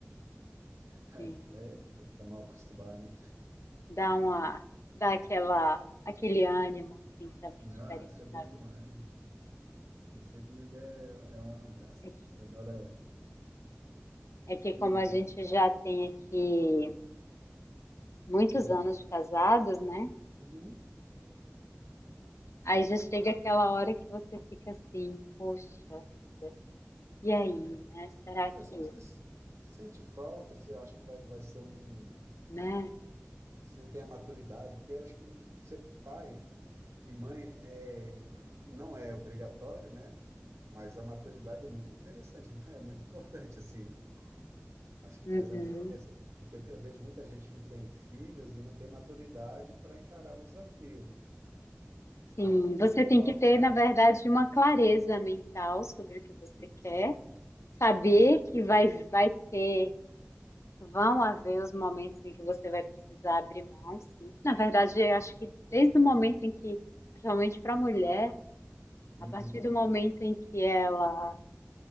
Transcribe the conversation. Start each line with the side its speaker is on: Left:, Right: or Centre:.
Right: Aí,
Left: sim.
Right: falei, "É, tu tá mal acostumado, hein?
Left: Dá uma, dá aquela, aquele ânimo, assim, também
Right: Não,
Left: diferente
Right: isso é bom
Left: na vida.
Right: demais. E sempre, mas é, é uma graça,
Left: É
Right: né?
Left: que,
Right: Ele adora.
Left: é que como
Right: E ele.
Left: a gente já tem aqui muitos
Right: Hum.
Left: anos de casados, né?
Right: Uhum.
Left: Aí já chega aquela hora que você fica assim, poxa vida, e aí, né? Será que,
Right: É, se você s- sente falta, você acha que vai, vai ser um.
Left: né?
Right: Você tem a maturidade, porque acho que ser pai e mãe é, não é obrigatório, né? Mas a maturidade é muito interessante, <laughs> é muito importante, assim. Acho que
Left: Uhum.
Right: faz a diferença. Porque eu te- eu vejo muita gente que tem filhos e não tem maturidade para encarar o desafio.
Left: Sim,
Right: A-
Left: você
Right: e é,
Left: tem que ter, na verdade, uma clareza mental sobre o que você quer,
Right: Isso,
Left: saber
Right: isso.
Left: que vai, vai ter, vão haver os momentos em que você vai precisar abrir mão, sim. Na verdade, eu acho que desde o momento em que, principalmente para a mulher,
Right: Uhum,
Left: a partir do momento em que ela